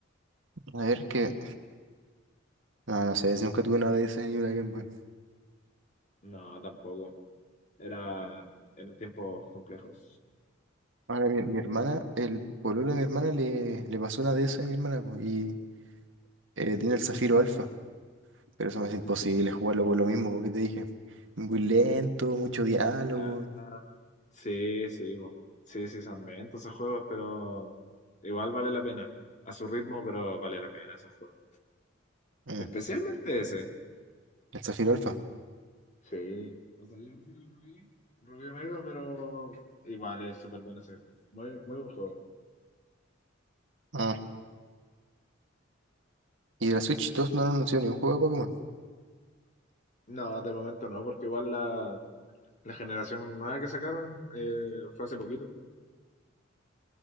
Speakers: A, on the right; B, on the left.
A: A ver que. No, no sé, si nunca tuve una DS ni una Game Boy.
B: No, tampoco. Era en tiempos complejos.
A: Ahora mi, mi hermana, el pololo de mi hermana le, le pasó una DS a mi hermana, po, y eh, tiene el Zafiro Alpha. Pero eso me hace imposible jugarlo por lo mismo, porque te dije. Muy lento, mucho diálogo.
B: Ah, sí, sí, bo. Sí, sí, son lentos esos juegos, pero igual vale la pena. A su ritmo, pero vale la pena esos juegos.
A: Mm,
B: Especialmente ese.
A: El Zafiro Alpha.
B: Sí. O sea, yo prefiero el Rubí, Rubí Omega, pero igual es súper bueno ese. Muy, muy buen juego.
A: Ah, Y de la Switch 2 no han anunciado ni un juego de Pokémon.
B: No, de momento no, porque igual la, la generación nueva que sacaron eh, fue hace poquito.